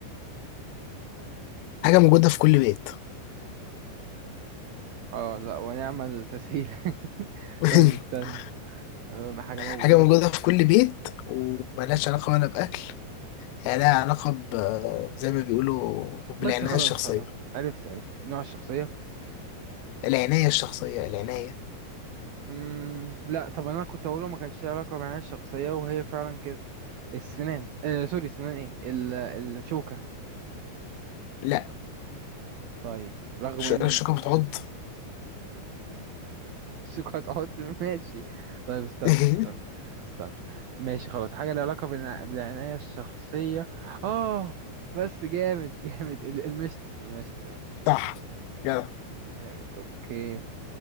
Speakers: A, on the left (about 85°); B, on the right (about 55°).
A: حاجة موجودة في كل بيت
B: اه لا ونعمل تسهيل <laughs>
A: <laughs>
B: طيب استنى آه، ما حاجه
A: حاجة
B: موجوده
A: موجودة
B: في...
A: في كل بيت وملهاش علاقة ولا بأكل يعني لها علاقة ب زي ما بيقولوا بالعناية
B: بس خلاص
A: الشخصية
B: خلاص عرفت عرفت نوع الشخصيه
A: العناية الشخصية العناية
B: مم... لا طب انا كنت هقوله ما كانش ليه علاقه معايا الشخصيه وهي فعلا كده السنان آه سوري السنان ايه ال... الشوكه
A: لا
B: طيب رغم
A: مش
B: ان
A: الشوكة بتعض
B: الشوكه هتقعد <laughs> ماشي طيب استنى
A: <laughs>
B: استنى استنى ماشي خلاص حاجه لها علاقه بالع... بالعنايه الشخصيه اه بس جامد جامد ال- المشت المشت المشت
A: صح جدع
B: جامد اوكي